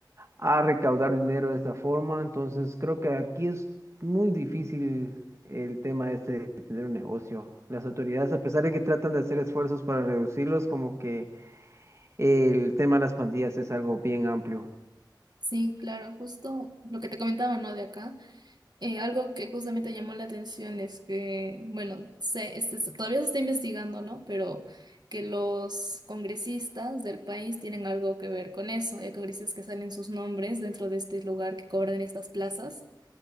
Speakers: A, on the right; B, on the right.
A: a recaudar dinero de esta forma. Entonces creo que aquí es muy difícil el tema este de tener un negocio. Las autoridades, a pesar de que tratan de hacer esfuerzos para reducirlos, como que el tema de las pandillas es algo bien amplio.
B: Sí, claro, justo lo que te comentaba, ¿no? De acá, eh, algo que justamente llamó la atención es que, bueno, se, este, se- todavía se está investigando, ¿no? Pero que los congresistas del país tienen algo que ver con eso. Hay congresistas que salen sus nombres dentro de este lugar que cobran estas plazas.